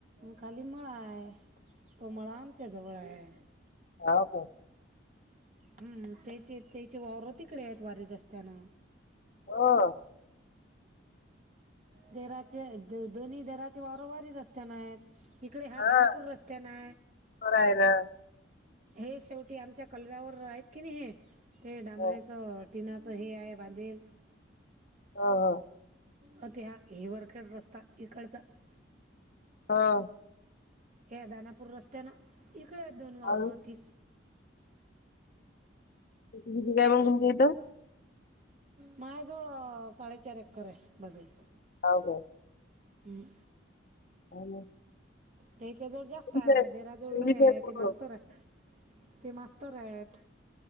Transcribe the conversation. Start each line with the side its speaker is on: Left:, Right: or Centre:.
Right: खाली मळा हाय, तो मळा आमच्या जवळ आहे.
Left: हो का.
Right: हम्म.. त्याचे त्याचे वावर तिकडे आहेत वारी रस्त्यान.
Left: हो.
Right: देराचे द दोन्ही देराचे वारंवारी रस्त्याना आहेत. इकडे हा
Left: हां,
Right: दानापूर रस्त्या ना.
Left: बरं आहे ना.
Right: हे शेवटी आमच्या कलव्यावर आहेत की नाही हे, ते डांबरेच-
Left: हो.
Right: तिनाचं हे आहे बांधेल
Left: हं, हं.
Right: अति ह हिवरखेड रस्ता इकडचा. <unintelligible>
Left: हा.
Right: हे दानापूर रस्त्या ना इकडे आहेत दोन वावरं
Left: आणि
Right: ती.
Left: तीे काय म्हग घुमती येतं. <unintelligible>
Right: माझ्याजवळ साडेचार एकर आहे बघायत.
Left: हो हो. <unintelligible>
Right: हम्म.
Left: <unintelligible> <inaudible>
Right: त्याच्या जोड जास्त
Left: तेवढीच
Right: आहे देरा जोड
Left: तेवढीच
Right: लय आहे
Left: पूर्ण.
Right: ते मास्तर आहे ते मास्तर आहेत.